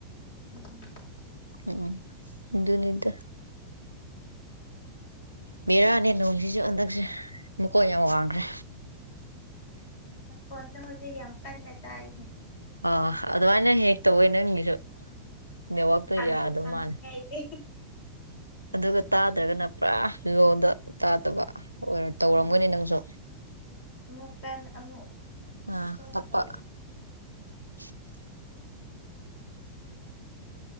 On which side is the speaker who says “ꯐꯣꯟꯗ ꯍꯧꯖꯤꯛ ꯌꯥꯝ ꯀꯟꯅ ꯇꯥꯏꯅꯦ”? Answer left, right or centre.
Left